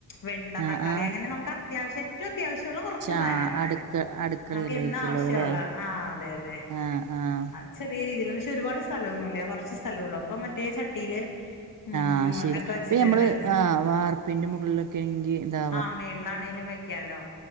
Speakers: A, on the left (about 70°); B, on the right (about 65°).
A: വെണ്ട,
B: ആഹ്
A: തക്കാളി
B: ആഹ്
A: അങ്ങനെ നമുക്ക് അത്യാവശ്യം ഏറ്റവും അത്യാവശ്യം മുള്ള കുറച്ച് സാധനങ്ങള്.
B: ആഹ് അടുക്ക അടുക്കളയിലേക്കുള്ളതല്ലേ
A: നമുക്ക് എന്നുംആവശ്യമുള്ള ആ അതെ അതെ
B: ആഹ് ആഹ്
A: അത് ചെറിയ രീതിയില് പക്ഷേ ഒരുപാട് സ്ഥലമൊന്നുമില്ല കുറച്ച് സ്ഥലമേ ഉള്ളു. അപ്പൊ മറ്റേ ചട്ടിയില് ഉം
B: ആഹ് ശരി
A: ഒക്കെ
B: അപ്പൊ
A: വെച്ചിട്ടുണ്ട്
B: ഞമ്മള് ആ വാർപ്പിന്റെ മുകളിലൊക്കെങ്കി എന്താ
A: ആ മേളിലാണേലും വെക്കാലോ